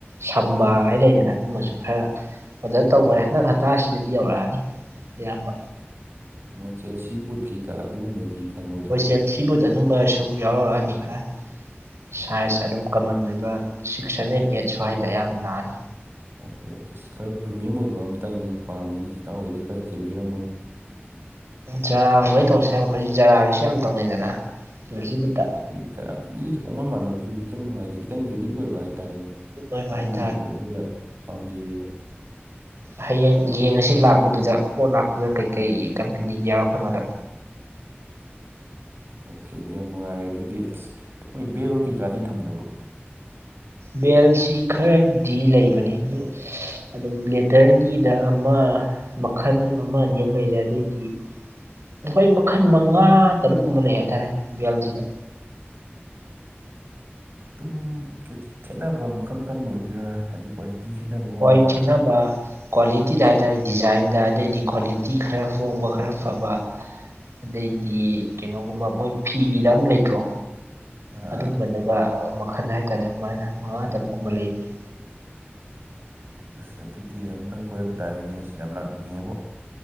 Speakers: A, on the right; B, on the right.
A: ꯁꯝꯕꯥꯒꯥꯏ
B: ꯑꯗꯨꯝ
A: ꯂꯩꯗꯅ ꯑꯗꯨꯝꯕꯁꯨ ꯈꯔ ꯑꯣꯗꯔ ꯇꯧꯕꯔꯦ ꯍꯟꯗꯛ ꯍꯞꯇꯥꯁꯤꯗꯗꯤ ꯌꯧꯔꯛꯑꯅꯤ ꯑꯌꯥꯝꯕ
B: ꯃꯆꯨꯁꯤꯕꯨꯗꯤ ꯈꯔ ꯑꯗꯨꯒꯨꯝꯕꯗꯤ ꯐꯪꯉꯣꯏꯗ꯭ꯔꯣ
A: ꯍꯣꯏ ꯆꯦꯜꯁꯤ ꯕꯨꯠ ꯑꯗꯨꯝꯕꯁꯨ ꯌꯥꯎꯔꯛꯑꯅꯤ ꯈꯔ ꯁꯥꯏꯖ
B: ꯑꯣ
A: ꯑꯗꯨꯝ ꯀꯃꯟ ꯑꯣꯏꯕ ꯁꯤꯛꯁ ꯁꯚꯦꯟ ꯑꯦꯠ ꯁ꯭ꯋꯥꯏꯗ ꯑꯌꯥꯝꯕ ꯂꯥꯛꯑꯅꯤ
B: ꯑꯣꯀꯦ ꯑꯣꯀꯦ ꯑꯁ ꯈꯔ ꯄ꯭ꯔꯤꯃꯤꯌꯝ ꯑꯣꯏꯕ ꯑꯃꯇꯪ ꯑꯩ ꯄꯥꯝꯃꯤꯅꯤ ꯍꯇꯥꯎ ꯍꯣꯏꯗꯤ ꯈꯔ ꯆꯦꯟꯕꯤꯔꯝꯃꯨꯅꯦ
A: ꯖꯥꯔꯥꯒꯨꯝꯕꯩ ꯇꯧꯔꯁꯦ ꯍꯥꯏꯕ ꯍꯧꯖꯤꯛ ꯖꯥꯔꯥꯒꯤꯁꯨ ꯌꯥꯝ ꯇꯧꯅꯩꯗꯅ ꯁꯤꯕꯨꯠꯇ
B: ꯍꯥꯏꯗꯤ ꯈꯔ ꯃꯤꯒ ꯄꯪꯉꯥꯟ ꯃꯥꯟꯅꯕꯁꯨ ꯈꯤꯇꯪ ꯅꯨꯡꯉꯥꯏꯇꯦ ꯈꯤꯇꯪ ꯌꯨꯅꯤꯛ ꯑꯣꯏꯕ ꯍꯥꯏꯗꯤ ꯇꯔꯦꯅꯦ
A: ꯑꯣꯏꯕ
B: ꯑꯗꯨꯒꯨꯝꯕꯗꯣ
A: ꯍꯥꯏꯇꯥꯔꯦ
B: ꯑꯗꯨꯅ ꯄꯥꯝꯖꯩꯕ
A: ꯍꯌꯦꯡ ꯌꯦꯡꯉꯁꯤ ꯂꯥꯛ ꯑꯗꯨꯗꯨꯗ ꯄꯣꯠ ꯂꯥꯛꯄꯗꯨꯗ ꯀꯩꯀꯩ ꯀꯝꯄꯦꯅꯤꯒꯤ ꯌꯥꯎꯔꯛꯄꯅꯣꯗ
B: ꯑꯣꯀꯦ ꯌꯥꯝ ꯅꯨꯡꯉꯥꯏꯔꯦ ꯑꯗꯨꯗꯤ ꯑꯁ ꯃꯣꯏ ꯕꯦꯜꯗꯣ ꯀꯩꯀꯥꯗꯤ ꯊꯝꯗꯕ꯭ꯔꯣ
A: ꯕꯦꯜꯁꯤꯈꯔ ꯗꯤ ꯂꯩꯕꯅꯤ ꯑꯗꯨ ꯑꯗꯨꯝ ꯂꯦꯗꯔꯒꯤꯗ ꯑꯃ ꯃꯈꯜ ꯑꯃꯅꯤ ꯂꯩꯔꯦ ꯑꯗꯩꯗꯤ ꯑꯩꯈꯣꯏ ꯃꯈꯜ ꯃꯉꯥ ꯇꯔꯨꯛꯀꯨꯝꯕ ꯂꯩ ꯍꯥꯏꯇꯥꯔꯦ ꯕꯦꯜꯖꯤꯗ
B: <unintelligible> ꯑꯗꯨꯝ ꯈꯦ ꯈꯦꯟꯅꯕ ꯃꯈꯟ ꯃꯈꯟ ꯑꯣꯏꯗꯣꯏꯔꯥ ꯍꯥꯏꯗꯤ ꯈꯦꯠꯅꯕꯒꯨꯝꯕ
A: ꯍꯣꯏ ꯈꯦꯅꯕ ꯀ꯭ꯋꯥꯂꯤꯇꯤꯗ ꯍꯥꯏꯇꯥꯥꯔꯦ ꯗꯤꯖꯥꯏꯟꯗ ꯑꯗꯩꯗꯤ ꯀ꯭ꯋꯥꯂꯤꯇꯤ ꯈꯔ ꯍꯣꯡꯕ ꯈꯔ ꯐꯕ ꯑꯗꯩ ꯗꯤ ꯀꯩꯅꯣꯒꯨꯝꯕ ꯃꯣꯏ ꯐꯤꯒꯤꯗ ꯑꯃ ꯂꯩꯇ꯭ꯔꯣ
B: ꯑꯥ
A: ꯑꯗꯨꯝꯕꯗꯒ
B: ꯑꯥ
A: ꯈꯟ ꯍꯥꯏꯇꯥꯔꯦ ꯑꯗꯨꯃꯥꯏꯅ ꯃꯉꯥ ꯇꯔꯨꯛꯀꯨꯝꯕ ꯂꯩꯕꯅꯤ
B: ꯑꯁ ꯑꯗꯨꯗꯤ ꯑꯝꯇꯪ ꯀꯣꯏꯔꯛꯄ ꯇꯥꯔꯦꯅꯦ ꯑꯁ ꯌꯥꯝ ꯂꯥꯛꯅꯤꯡꯉꯦꯕꯨ